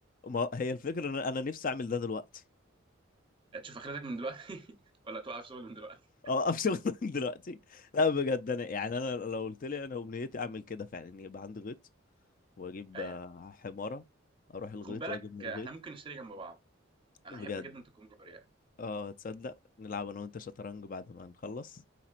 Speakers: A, on the left; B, on the right.
A: ما هي الفكره ان انا نفسي اعمل ده دلوقتي
B: آه، تشوف اخرتك من دلوقتي <laughs> ولا توقف شغل من دلوقتي
A: اه افشل <laughs> دلوقتي لا بجد انا يعني انا لو قلت لي انا امنيتي اعمل كده فعلا ان يبقى عندي غيط واجيب
B: ايوه
A: آه، حماره اروح الغيط
B: خد بالك
A: واجيب من الغيط
B: آه، احنا ممكن نشتري جنب بعض انا
A: بجد
B: احب جدا تكون جاري يعني
A: اه تصدق نلعب انا وانت شطرنج بعد ما نخلص